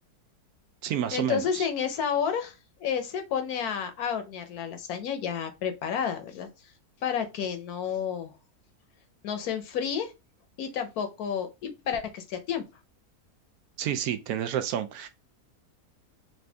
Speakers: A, on the right; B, on the left.
A: sí, más
B: Entonces
A: o menos.
B: en esa hora eh, se pone a, a hornear la lasaña ya preparada, ¿verdad? Para que no, no se enfríe y tampoco, y para que esté a tiempo.
A: Sí, sí, tienes razón.